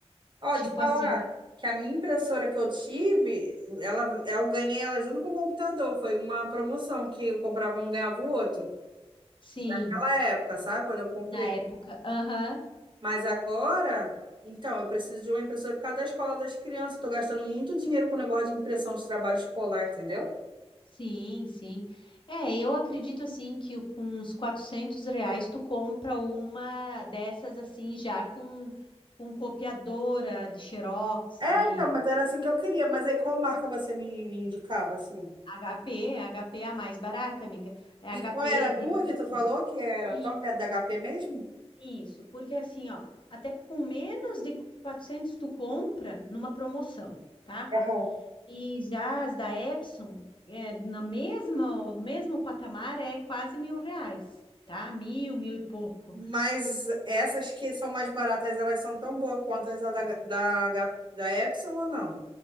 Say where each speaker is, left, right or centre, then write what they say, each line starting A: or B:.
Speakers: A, on the right; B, on the left.
A: Ó,
B: Tipo
A: te falar
B: assim,
A: que a minha impressora que eu tive, ela, eu ganhei ela junto com o computador. Foi uma promoção que eu comprava um, ganhava o outro.
B: sim,
A: Naquela época, sabe? Quando eu comprei.
B: na época, aham.
A: Mas agora, então, eu preciso de uma impressora por causa da escola das crianças. Eu tô gastando muito dinheiro com o negócio de impressão de trabalho escolar, entendeu?
B: Sim, sim. É, eu acredito assim que o- com uns 400 reais tu compra uma dessas assim já com, com copiadora de Xerox
A: É,
B: e
A: então, mas era assim que eu queria. Mas aí qual marca você me, me indicava, assim?
B: HP, HP é a mais barata, amiga. É HP
A: E qual era a
B: de
A: tua
B: tanque.
A: que tu falou que era
B: Isso,
A: top? É da HP mesmo?
B: isso. Porque assim, ó, até com menos de 400 tu compra numa promoção, tá?
A: Aham.
B: E já as da Epson, é, na mesma, no mesmo patamar, é quase mil reais, tá? Mil, mil e pouco.
A: Mas essas que são mais baratas, elas são tão boas quanto as da, da, da, H- da Epson ou não?